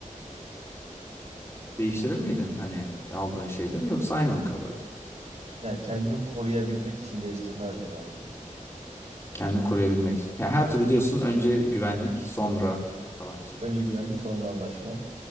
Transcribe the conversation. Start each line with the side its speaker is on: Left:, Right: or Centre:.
Left: Değiştirir miydin hani aldığın şeyleri yoksa aynı mı kalırdı?
Right: Yani kendimi koruyabilmek için değiştirmezdim galiba.
Left: Kendini koruyabilmek. Ya her türlü diyorsun önce güvenlik, sonra kalan şey.
Right: Önce güvenlik sonra anlaşma.